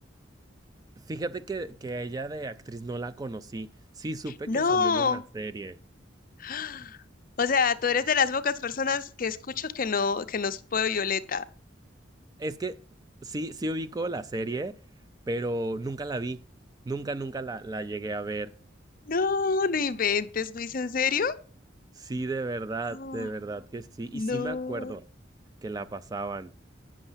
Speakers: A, on the right (about 20°); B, on the left (about 45°).
A: Fíjate que, que a ella de actriz no la conocí. Sí, supe
B: No,
A: que salió en una serie.
B: <gasps> o sea, tú eres de las pocas personas que escucho que no, que nos fue Violeta.
A: Es que sí, sí ubico la serie, pero nunca la vi. Nunca, nunca la, la llegué a ver.
B: No, no inventes, Luis, ¿en serio?
A: Sí, de verdad,
B: Ah,
A: de verdad que sí.
B: No,
A: Y sí me acuerdo que la pasaban.